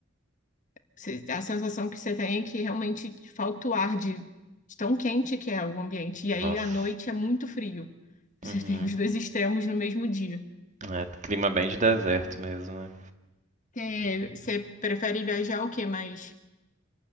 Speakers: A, on the left; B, on the right.
A: Você- a sensação que você tem é que realmente falta o ar de, de tão quente que é o ambiente. E aí
B: Nossa.
A: à noite é muito frio. Você
B: Uhum.
A: tem os dois extremos no mesmo dia.
B: É, clima bem de deserto mesmo, né?
A: Você, você prefere viajar o quê? Mais